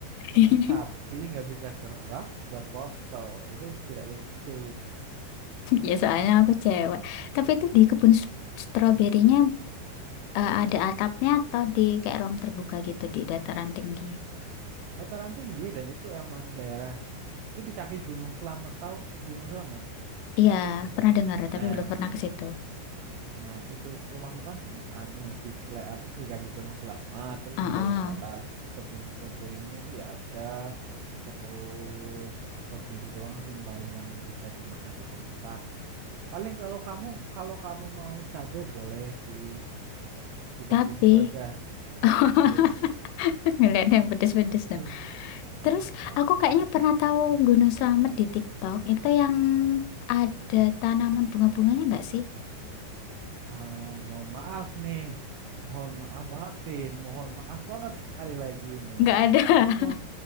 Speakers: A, on the right; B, on the left.
A: patung
B: <laughs>
A: sapi nggak bisa gerak buat foto. Itu tidak lucu.
B: ya soalnya aku cewek. Tapi itu di kebun s- stroberinya eh, ada atapnya atau di kayak ruang terbuka gitu di dataran tinggi?
A: Dataran tinggi dan itu emang daerah itu di kaki Gunung Selamat tahu Gunung Selamat.
B: Iya, pernah dengar
A: Nah,
B: tapi belum pernah ke situ.
A: nah itu rumahku kan anu di le- apa di kaki Gunung Selamat, terus
B: Heeh.
A: juga wisata s- kebun stroberinya itu ya ada. Terus stroberi doang sih yang paling yang bisa dimakan di tempat. Paling kalau kamu kalau kamu mau cabe boleh sih di
B: Tapi
A: kebunku aja.
B: <laughs>
A: Iya,
B: ngeliat yang pedes-pedes dong.
A: Hmm,
B: Terus
A: nggak apa-apa.
B: aku kayaknya pernah tahu Gunung Slamet di TikTok. Itu yang ada tanaman bunga-bunganya nggak sih?
A: Ah, mohon maaf nih, mohon maaf maafin mohon maaf banget sekali lagi ini.
B: nggak ada.
A: Semua
B: <laughs>